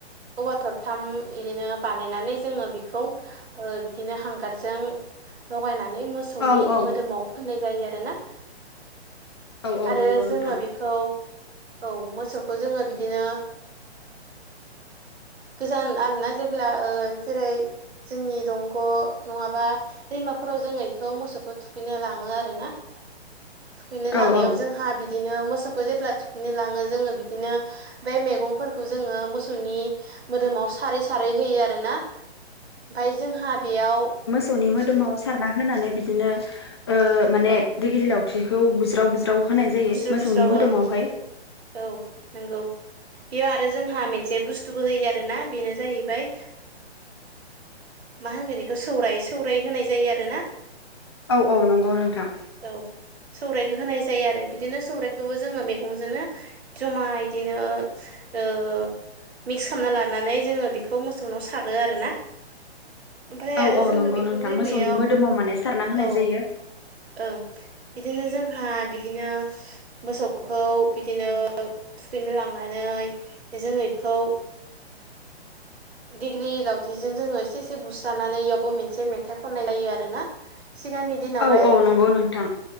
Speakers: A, on the right; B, on the left.
A: औवा थरथाम बिदिनो बानायनानै जोङो बेखौ बिदिनो हांगारजों लगायनानै मो मोसौनि
B: औ औ
A: मोदोमाव फोननाय जायो आरोना
B: औ औ
A: आरो
B: नंगौ
A: जोङो
B: नोंथां
A: बेखौ औ मोसौखो जोङो बिदिनो गोजान आरोना जेब्ला जेरै जोंनि दंग' नङाबा दैमाफोराव जोङो इखौ मोसौखौ थुखैनो लाङो आरोना थुखैनो लांनायाव
B: औ औ
A: जोंहा बिदिनो मोसौखौ जेब्ला थुखैनो लाङो जोङो बिदिनो बे मैगंफोरखौ जोङो मोसौनि मोदोमाव सारै सारै होयो आरोना ओमफ्राय जोंहा बेयाव
B: नि मोदोमाव सारना होनानै बिदिनो माने
A: औ
B: दैग्लिलावथिखौ बुज्राव बुज्राव होनाय जायो
A: बुस्रो
B: मोसौनि
A: बुस्राव
B: मोदोमावहाय
A: ओं औ नंगौ बेयाव आरो जोंहा मोनसे बुस्थुबो होयो आरोना बेनो जाहैबाय मा होनगोन बेखौ सौराय सौराय होनाय जायो आरोना
B: औ औ नंगौ नोंथां
A: औ सौराइखौ होनाय जायो आरो बिदिनो सौरायखौबो जोङो मैगंजोंनो जमा इदिनो ओ मिक्स खालामना लानानै जोङो बेखौ मोसौनाव सारो आरो ना ओमफ्राय
B: औ
A: आरो
B: औ
A: जोङो
B: नंगौ
A: बेखौ
B: नोंथां
A: दैमायाव
B: मोसौनि मोदोमाव माने सारना होनाय
A: औ
B: जायो
A: ओं बिदिनो जोंहा बिदिनो मोसौखौ बिदिनो थुखैनो लांनानै जोङो बेखौ दिगलि लावथिजों जोङो एसे एसे बुस्रानानै इयावबो मोनसे मेथाइ खननाय जायो आरोना सिगांनि दिनावलाय
B: औ औ नंगौ नोंथां